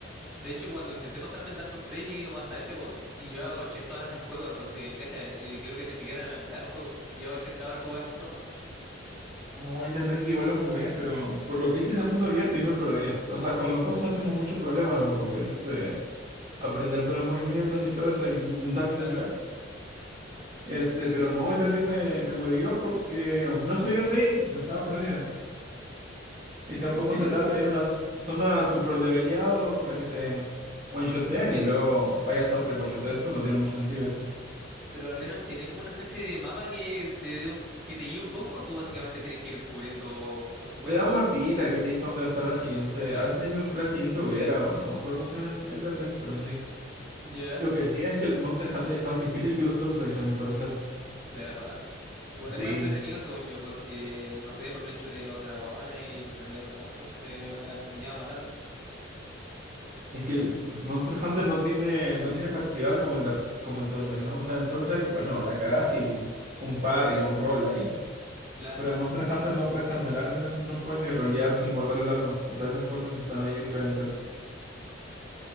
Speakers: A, in the centre; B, on the right.
A: De hecho, cuando intenté pasarme el Dark Souls 3 llegué como hasta ese boss y llevaba 80 horas de juego, entonces, cacha, eh, creo que ni siquiera era la mitad del juego. Llevaba 80 horas jugando, <laughs>
B: Oh, Elden Ring igual lo jugué, pero por lo que hice de mundo abierto yo me perdía. O sea, con los bosses no tengo muchos problemas, ¿no? Porque es este. Aprenderte los movimientos y todo eso, e intentar, intentar.
A: claro.
B: Este, pero no, Elden Ring me, me huevió porque no sabía dónde ir, me estaba perdido. Y tampoco
A: Sí,
B: se
A: pues,
B: trata
A: es que...
B: de ir a una z- zona súper leveleado para que te one-shoteen y luego vayas a otra y one-shotees tú, no tiene mucho sentido eso.
A: Pero al menos tiene como una especie de mapa que te dé un, que te guíe un poco, o tú básicamente tienes que ir descubriendo por tu cuenta.
B: Te da un mapita que te dice dónde va a estar la siguiente. A veces te dice dónde está la siguiente hoguera o no. No me acuerdo cómo se llama el Elden Ring, pero sí.
A: Ya,
B: Lo que sí es que el Monster Hunter es más difícil que los Souls a mi parecer.
A: de verdad. Igual
B: Sí.
A: es más entretenido según yo, porque no sé, por el hecho de los dragones y en realidad los monstruos, se, me, me llama más la atención.
B: Es que el pues, Monster Hunter no tiene, no tiene para esquivar como el, Dark Sou- como el Souls ¿no? O sea, en Souls bueno, la cagás y un parry o un roll ahí.
A: Claro.
B: Pero en Monster Hunter no puedes cancelar animaciones, no puedes ni rolear sin guardar el arma. O sea, esas cosas están ahí diferentes.